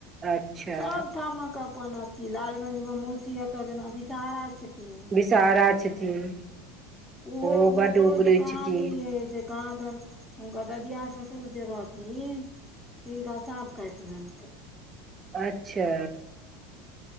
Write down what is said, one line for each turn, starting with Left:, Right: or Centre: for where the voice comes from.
Right: अच्छा
Left: सब ठामक अपन अथिी लालगंज मे मुसीहत जेना विषहारा छै
Right: विषहारा छथिन
Left: ओो
Right: ओहो बड्ड उगरै
Left: जे कही
Right: छथिन
Left: काँादन हुनकर ददिया ससुर जे रहथिन तिंग साँप कट रह
Right: अच्छा